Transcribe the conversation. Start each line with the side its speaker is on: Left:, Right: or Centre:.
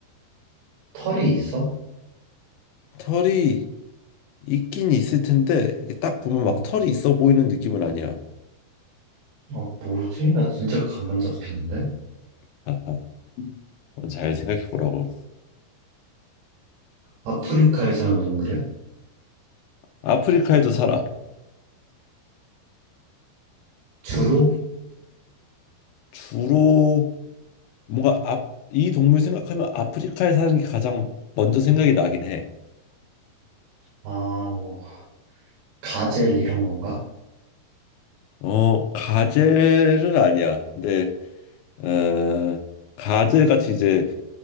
Right: 털이 있어?
Left: 털이 있긴 있을 텐데 이게 딱 보면
Right: 어,
Left: 막 털이 있어 보이는 느낌은 아니야.
Right: 어, 뭐지? 나 진짜 감만 잡히는데?
Left: 아하. 한번 잘 생각해 보라고.
Right: 아프리카에 사는 동물이야?
Left: 아프리카에도 살아.
Right: 주로?
Left: 주로 뭔가 앞, 이 동물 생각하면 아프리카에 사는 게 가장 먼저 생각이 나긴 해.
Right: 아, 뭐, 가젤 이런 건가?
Left: 어, 가젤은 아니야. 근데 어, 가젤 같이 이제